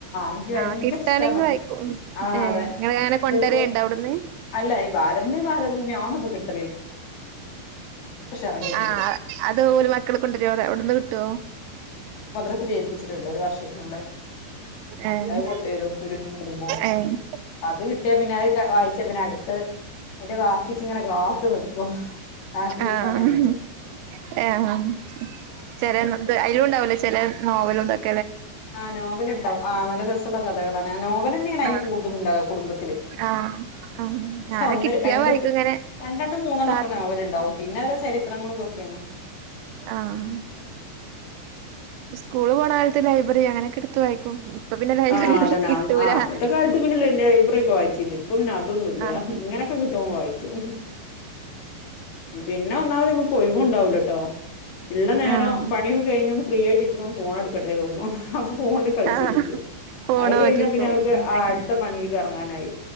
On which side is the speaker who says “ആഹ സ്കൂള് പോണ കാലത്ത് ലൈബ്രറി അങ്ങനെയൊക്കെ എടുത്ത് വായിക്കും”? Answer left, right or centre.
Right